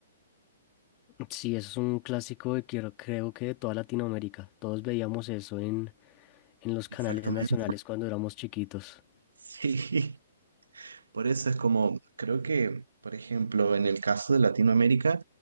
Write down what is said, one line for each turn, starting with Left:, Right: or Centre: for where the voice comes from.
Left: Sí, eso es un clásico de quiero, creo que de toda Latinoamérica. Todos veíamos eso en, en los canales
Right: Exactamente.
Left: nacionales cuando éramos chiquitos.
Right: Sí. <laughs> Por eso es como, creo que, por ejemplo, en el caso de Latinoamérica,